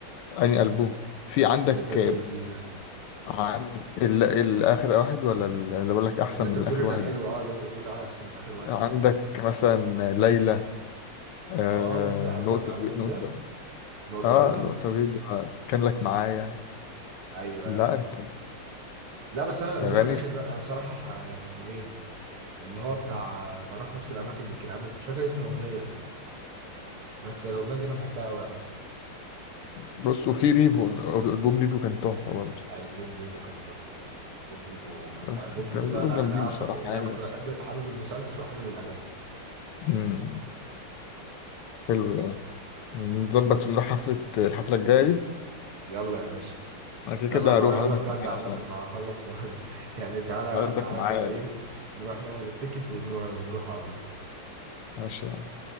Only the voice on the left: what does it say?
اني البوم في عندك
عن ال... الآخر واحد ولا ال- اللي بقول لك أحسن
من
الآخر
واحد
عندك مثلا ليلى آه...
نقطة
بي- نقطة
اه
نقطة بيضاء كان لك معايا
لا
انت
أغاني
ست-
بص وفي ريفو الألبوم ريفو كان تحفة برضه
بس كان
كلهم
جامدين
بصراحة
يعني
بس
مم. حلو ده نظبط ونروح حفلة الحفلة الجاية دي
أنا كده
كده
هروح
هاخدك
معايا
هاخدك
معايا
ماشي يعني